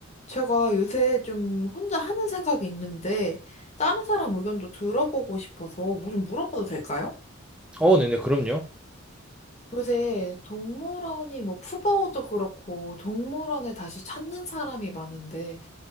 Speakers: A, on the left; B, in the centre.
A: 제가 요새 좀 혼자 하는 생각이 있는데, 다른 사람 의견도 들어보고 싶어서 뭐 좀 물어봐도 될까요?
B: 어, 네네, 그럼요.
A: 요새 동물원이 뭐 푸바오도 그렇고, 동물원에 다시 찾는 사람이 많은데,